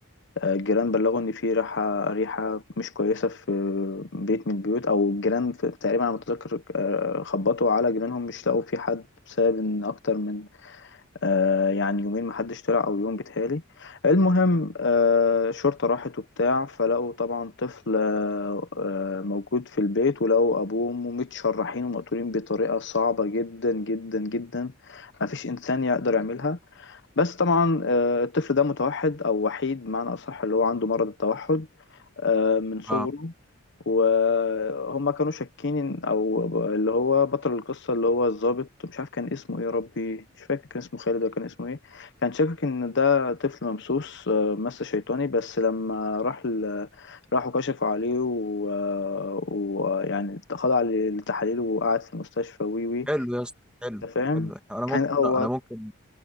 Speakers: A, on the left; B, in the centre.
A: آه الجيران بلغوا إن في ريحة ريحة مش كويسة في بيت من البيوت أو الجيران في تقريبا على ما أتذكر آه خبطوا على جيرانهم مش لقوا في حد بسبب إن أكتر من آه يعني يومين محدش طلع او يوم بيتهيألي المهم آه الشرطة راحت وبتاع فلقوا طبعا طفل آه آه موجود في البيت ولقوا ابوه وامه متشرحين ومقتولين بطريقة صعبة جدا جدا جدا مفيش انسان يقدر يعملها بس طبعا آه الطفل ده متوحد او وحيد بمعنى اصح اللي هو عنده مرض التوحد آه من صغره
B: آه،
A: وهم كانوا شاكين او ب- اللي هو بطل القصه اللي هو الضابط مش عارف كان اسمه ايه يا ربي مش فاكر كان اسمه خالد ولا كان اسمه ايه كان شاكك ان ده طفل ممسوس آه، مس شيطاني بس لما راح ل... راحوا كشفوا عليه ويعني و... يعني خضع للتحاليل وقعد في المستشفى وي وي
B: حلو يا اسطى حلو
A: انت فاهم
B: حلو انا ممكن
A: كان هو
B: انا ممكن